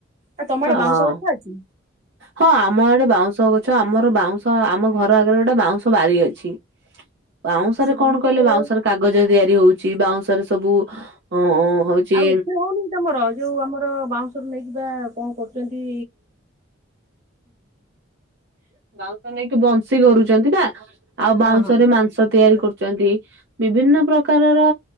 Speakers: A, on the right; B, on the right.
A: ଆ ତମ ଆଡେ ବାଉଁଶ
B: ହଁ।
A: ଗଛ ଅଛି।
B: ହଁ ଆମ ଆଡେ ବାଉଁଶ ଗଛ। ଛ ଆମର ବାଉଁଶ ଆମ ଘର ଆଗରେ ଗୋଟେ ବାଉଁଶ ବାରି ଅଛି। ବାଉଁଶରେ
A: ସେ ବାଉଁଶରୁ
B: କଣ କହିଲେ ବାଉଁଶରେ କାଗଜ ତିଆରି ହଉଛି ବାଉଁଶରେ ସବୁ ଅ- ହଉଛି
A: ଆଉ ଏଠ ହଉନି ତମର ଯୋଉ ଆମର ବାଉଁଶ। ନେଇକିବା କଣ କରୁଚନ୍ତି।
B: ବାଉଁଶ ନେଇକି ବଂଶୀ କରୁଛନ୍ତି ନା ଆଉ
A: ହଁ
B: ବାଉଁଶ
A: ହଁ
B: ରେ ମାଂସ ତିଆରି କରୁ। ଚନ୍ତି ବିଭିନ୍ନ ପ୍ରକାରର